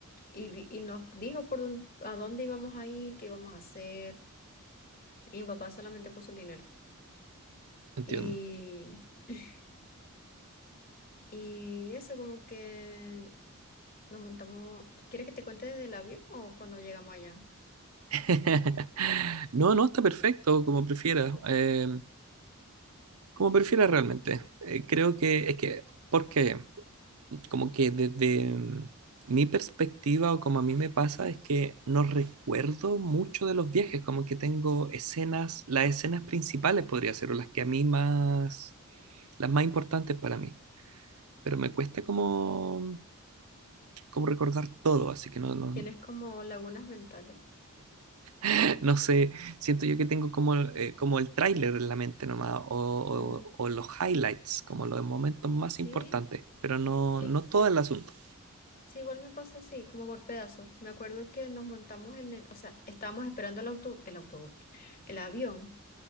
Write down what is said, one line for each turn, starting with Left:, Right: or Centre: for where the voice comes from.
Left: y, vi- y nos dijo por dónde- a dónde íbamos a ir, qué íbamos a hacer. Y mi papá solamente puso el dinero.
Right: Entiendo.
Left: Y, <laughs> y eso, como que nos montamos. ¿Quieres que te cuente desde el avión o cuando llegamos allá?
Right: <laughs> No, no, está perfecto, como prefieras eh, como prefieras realmente. Eh, creo que es que, porque como que desde mm, mi perspectiva o como a mí me pasa es que no recuerdo mucho de los viajes, como que tengo escenas, las escenas principales podría ser, o las que a mí más, las más importantes para mí. Pero me cuesta como, como recordar todo, así que no, no,
Left: Tienes como lagunas mentales.
Right: <laughs> No sé, siento yo que tengo como, eh, como el tráiler en la mente nomás, o, o-
Left: Mm,
Right: o los highlights, como los momentos más
Left: sí,
Right: importantes, pero no,
Left: sí.
Right: no todo el asunto.
Left: Sí, igual me pasa así, como por pedazos. Me acuerdo que nos montamos en el, o sea, estábamos esperando el auto, el autobús, el avión,